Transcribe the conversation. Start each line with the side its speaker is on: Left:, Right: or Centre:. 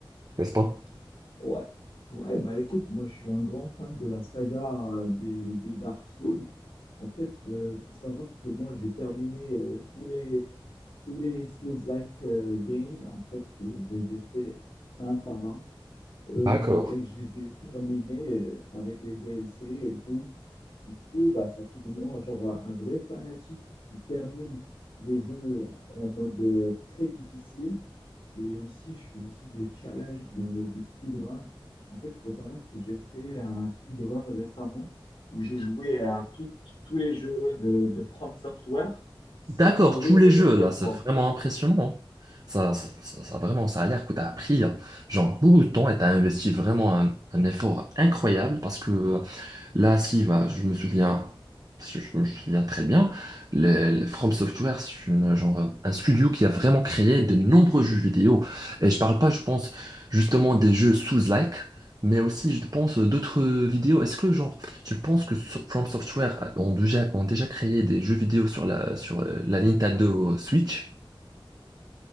Right: n'est-ce pas?
Left: Ouais, ouais, bah écoute, moi je suis un grand fan de la saga euh, des, des Dark Souls. En fait, euh, faut savoir que moi j'ai terminé euh, tous les, tous les Souls-like euh, games. En fait, euh, je les ai fait un par un euh,
Right: D'accord.
Left: et je les ai terminés euh, avec les DLC et tout. Du coup, bah, ça fait de moi genre un vrai fanatique qui termine les jeux en mode euh, très difficile. Et aussi, je fais aussi des challenges de, de speedrun. En fait, il faut savoir que j'ai fait un speedrun récemment où j'ai joué à tout- tous les jeux de, de From Software sans
Right: D'accord,
Left: mourir
Right: tous les jeux,
Left: une seule
Right: là, c'est
Left: fois.
Right: vraiment impressionnant. hein. Ça, ça, ça, ça, vraiment, ça a l'air que tu as appris, hein, genre, beaucoup de temps et tu as investi vraiment un, un effort incroyable parce que Là, si, bah, je me souviens, parce que je me souviens très bien, les, les From Software, c'est une- genre, euh, un studio qui a vraiment créé de nombreux jeux vidéo. Et je parle pas, je pense, justement des jeux Souls-like, mais aussi, je pense, euh, d'autres vidéos. Est-ce que, genre, tu penses que So- From Software a- ont déjà, ont déjà créé des jeux vidéo sur la, sur euh, la Nintendo Switch?